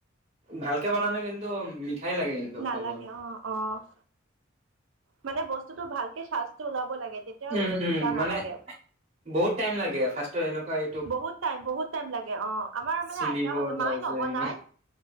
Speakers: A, on the right (about 30°); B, on the right (about 85°).
A: ভালকে বনালে কিন্তু মিঠাই লাগে। কিন্তু
B: নালাগে
A: ক'ব গ'লে।
B: অ', অ', মানে বস্তুটো ভালকে চাসটো ওলাব লাগে তেতিয়া তেতিয়া
A: উম
B: বস্তু
A: উম
B: তিতা নালাগে।
A: মানে বহুত টাইম লাগে ফাষ্টত এনেকুৱাই
B: বহুত টাইম, বহুত টাইম লাগে অ', আমাৰ মানে
A: চিলিব
B: আইতাহঁতে
A: তাৰপিছত
B: মায়ে নবনাই
A: ইমান-